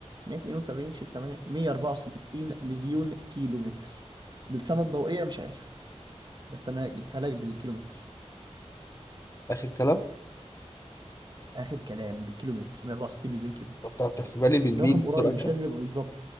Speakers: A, on the right; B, on the left.
A: 172 شيل 8 164 مليون كيلو متر بالسنه الضوئيه مش عارف بس انا جبتها لك بالكيلومتر
B: اخر كلام
A: اخر كلام بالكيلومتر 164 مليون كيلو متر
B: طب بتعرف تحسبها لي بالميل
A: رقم
B: بسرعه
A: قريب
B: كده
A: مش لازم يبقى بالظبط